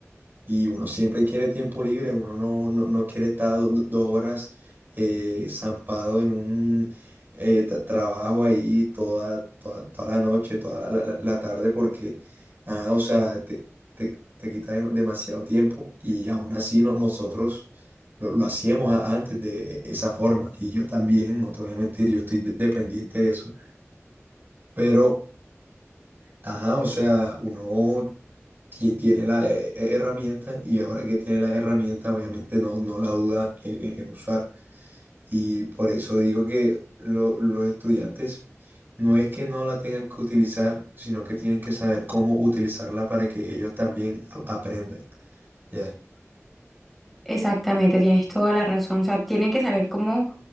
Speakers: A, on the right; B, in the centre.
A: y uno siempre quiere tiempo libre, uno no, no, no quiere estar do- dos horas eh, zampado en un eh, tra- trabajo ahí toda, toda, toda la noche, toda la, la- la tarde, porque, ah, o sea, te, te, te quita dem- demasiado tiempo y aún así no- nosotros lo, lo hacíamos a- antes de esa forma y yo también, no te voy a mentir, yo estoy de- dependiente de eso, pero, ajá, o sea, uno ti- tiene la eh, eh, herramienta y ahora que tiene la herramienta, obviamente no, no la duda en, en- en usar. Y por eso digo que lo- los estudiantes no es que no la tengan que utilizar, sino que tienen que saber cómo utilizarla para que ellos también a- aprendan. ¿ya?
B: Exactamente, tienes toda la razón. O sea, tienen que saber cómo